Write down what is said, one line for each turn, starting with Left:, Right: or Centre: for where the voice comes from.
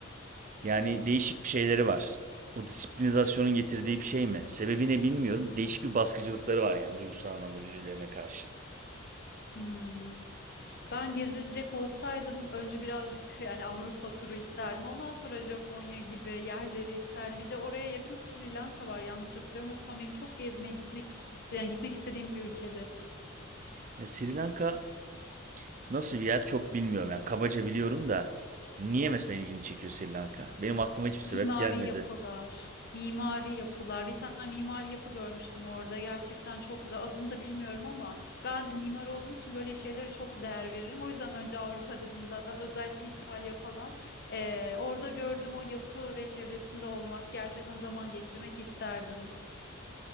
Right: Yani değişik bir şeyleri var. O disiplinizasyonun getirdiği bir şey mi? Sebebi ne bilmiyorum. Değişik bir baskıcılıkları var yani duygusal anlamda birbirlerine karşı.
Left: Hmm. Ben gezecek olsaydım önce birazcık yani Avrupa turu isterdim. Ondan sonra Japonya gibi yerleri isterdim. Bir de oraya yakın Sri Lanka var. Yanlış hatırlamıyorsam benim çok gezmeye gitmek isteyen, gitmek istediğim bir ülkedir.
Right: Ya Sri Lanka nasıl bir yer çok bilmiyorum. Yani kabaca biliyorum da niye mesela ilgini çekiyor Sri Lanka? Benim aklıma hiçbir sebep
Left: Mimari
Right: gelmedi.
Left: yapılar, mimari yapılar. Bir tane mimari yapı görmüştüm orada. Gerçekten çok güzel. Adını da bilmiyorum ama ben mimar olduğum için böyle şeylere çok değer veririm. O yüzden önce Avrupa dedim zaten. Özellikle İtalya falan. Ee, orada gördüğüm o yapı ve çevresinde olmak gerçekten zaman geçirmek isterdim.